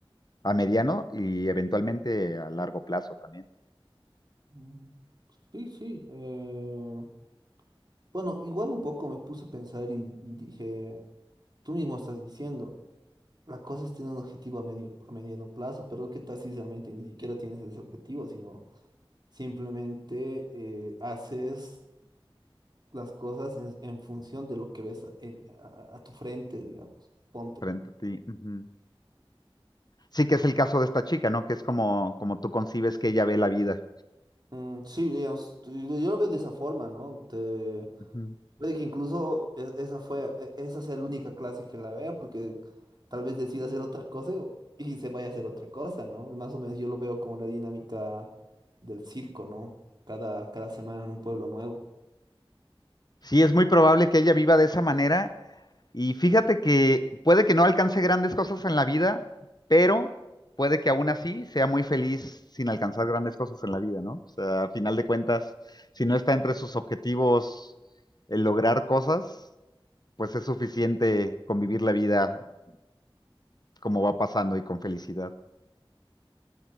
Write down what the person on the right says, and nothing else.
Mm, Sí, sí. eh, bueno, igual un poco me puse a pensar y, y dije, tú mismo estás diciendo, la cosa es tener un objetivo a medio, a mediano plazo, pero ¿qué tal si realmente ni siquiera tienes ese objetivo, sino simplemente eh, haces las cosas en, en función de lo que ves a, en- a- a- a tu frente, digamos. Ponte.
Mm, sí, digamos, yo yo lo veo de esa forma, ¿no? De-
puede que incluso e- esa fue, e- esa sea la única clase que la vea, porque tal vez decida hacer otra cosa o- y se vaya a hacer otra cosa, ¿no? Más o menos yo lo veo como la dinámica del circo, ¿no? Cada, cada semana en un pueblo nuevo.